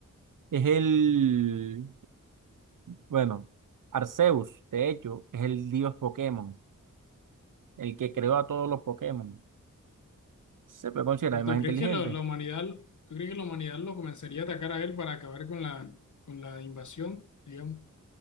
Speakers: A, on the right; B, on the left.
A: es el, bueno, Arceus, de hecho, es el dios Pokémon, el que creó a todos los Pokémon. Se puede considerar
B: Pero
A: el más
B: ¿tú crees
A: inteligente.
B: que la, la humanidad, tú crees que la humanidad lo comenzaría a atacar a él para acabar con la, con la invasión, digamos?